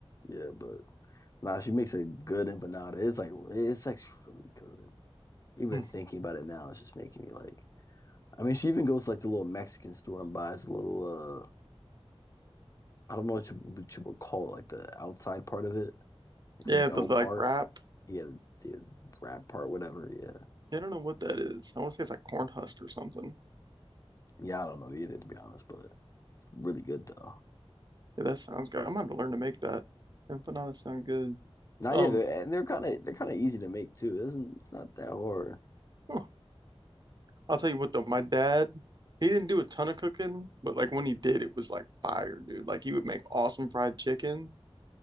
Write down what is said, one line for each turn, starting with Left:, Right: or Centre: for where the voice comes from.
Left: yeah, but Nah, she makes a good empanada. It's like it's actually really good. Even
Right: Hmm.
Left: thinking about it now, it's just making me like. I mean, she even goes to like the little Mexican store and buys a little. Uh, I don't know what you, what you would call it, like the outside part of it, like
Right: Yeah,
Left: the dough
Right: the like
Left: part.
Right: wrap.
Left: Yeah, the, yeah, the wrap part, whatever. Yeah,
Right: Yeah, I don't know what that is. I want to say it's like corn husk or something.
Left: yeah. I don't know either, to be honest, but it's really good though.
Right: Yeah, that sounds good. I'm gonna have to learn to make that. Empanadas sound good.
Left: Now,
Right: Um,
Left: yeah, they're, and they're kind of they're kind of easy to make too. It isn't it's not that hard.
Right: huh. I'll tell you what though, my dad, he didn't do a ton of cooking, but like when he did, it was like fire, dude. Like he would make awesome fried chicken,